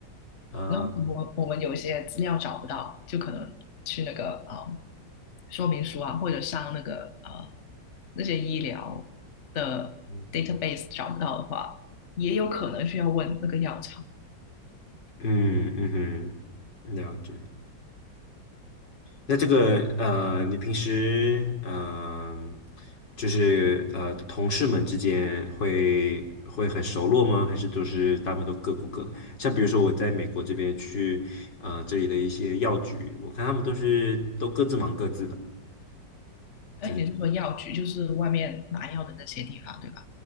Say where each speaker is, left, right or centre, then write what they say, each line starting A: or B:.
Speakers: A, on the left; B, on the left.
A: 啊、
B: 然后我我们有一些资料找不到，就可能去那个啊、呃说明书啊，或者上那个呃那些医疗的
A: 嗯
B: database 找不到的话，也有可能需要问那个药厂。
A: 嗯嗯哼，了解。那这个呃，你平时嗯、呃就是呃，同事们之间会会很熟络吗？还是都是大部分都各顾各的？像比如说我在美国这边去呃这里的一些药局，我看他们都是都各自忙各自的。
B: 哎，
A: 就是
B: 你是说药局，就是外面拿药的那些地方，对吧？